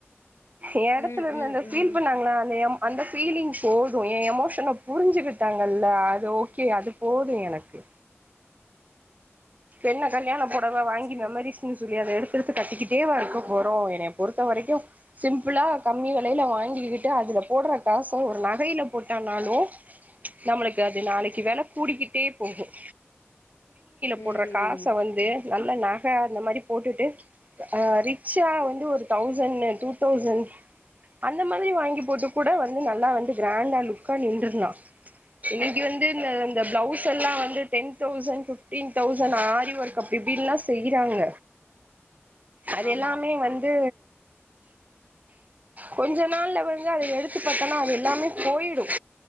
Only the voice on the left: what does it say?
ம்
ம்
ம்
சேரி
ம்
ஆமா
ஆமா